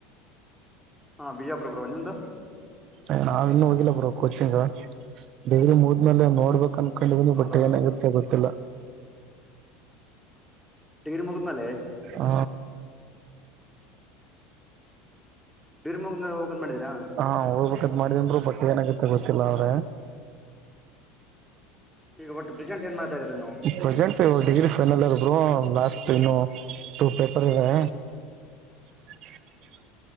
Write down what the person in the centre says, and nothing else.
ಹಾಂ ವಿಜಯಪುರ ಪ್ರವಾನ ಹಿಂದ
ಹೌದಾ
ಡಿಗರಿ ಮುಗನ್ನಲ್ಲೇ
ಡಿಗ್ರಿ ಮುಗಿದ್ಮೇಲೆ ಹೋಗಂತ ಮಾಡಿದೀರಾ
ಈಗ ಒಟ್ಟು ಪ್ರೆಸೆಂಟ್ ಏನ್ ಮಾಡ್ತಾ ಇದೀರಾ ನೀವು